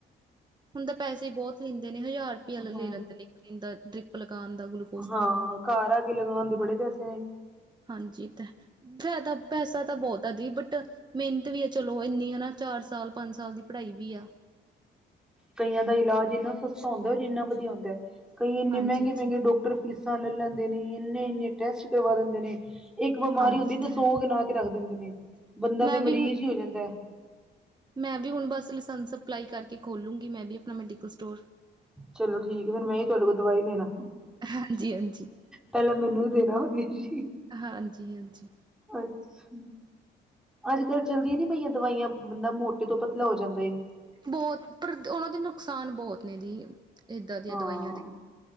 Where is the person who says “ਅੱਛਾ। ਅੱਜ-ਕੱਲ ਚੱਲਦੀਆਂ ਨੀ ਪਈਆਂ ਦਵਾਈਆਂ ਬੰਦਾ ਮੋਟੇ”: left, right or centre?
Centre